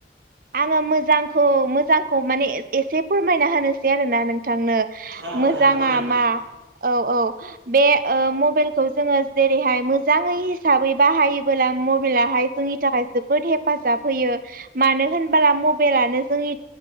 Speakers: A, on the right (about 50°); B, on the right (about 80°).
A: आङो मोजांखौ मोजांखौ माने एसे फोरमायना होनोसै आरोना नोंथांनो
B: औ
A: मोजाङा
B: मोजां खोथा
A: मा औ औ बे ओ मबाइलखौ जोङो जेरैहाय मोजाङै हिसाबै बाहायोबोला मबाइलाहाय जोंनि थाखाय जोबोद हेफाजाब होयो। मानो होनबोला मबाइलानो जोंनि